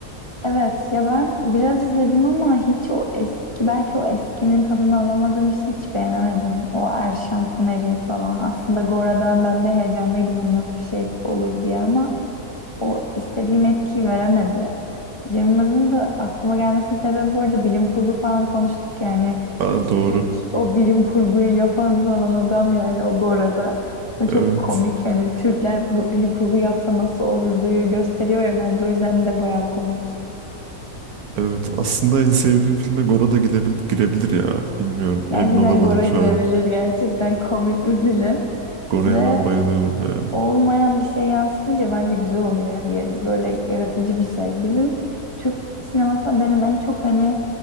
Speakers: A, on the left; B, on the right.
A: Evet ya ben biraz izledim ama hiç o eski belki o eskinin tadını alamadığım için hiç beğenemedim. O Erşan Kuneri falan. Aslında Gora'dan ben de heyecanlıydım hani nasıl bir şey olur diye ama o istediğim etkiyi veremedi. Cem Yılmaz'ın da aklıma gelmesinin sebebi bu arada bilim kurgu falan konuştuk yani.
B: Aa,
A: İşte
B: doğru.
A: ilk o bilim kurguyu yapan falan adam yani o Gora'da. Aslında çok
B: Evet.
A: komik yani Türkler bilim kurgu yapsa nasıl olurduyu gösteriyor ya bence o yüzden de bayağı komik.
B: Evet aslında en sevdiğim filme Gora da girebilir, girebilir ya. Bilmiyorum
A: Gerçekten
B: emin olamadım
A: gora
B: şu
A: girebilir.
B: anda.
A: Gerçekten komik bir film.
B: Gora'ya
A: Ve
B: ben bayılıyorum ya.
A: olmayan bir şey yansıtınca bence güzel oluyor. Yani ya- böyle yaratıcı bir şey. Bizim Türk sinemasında benim en çok hani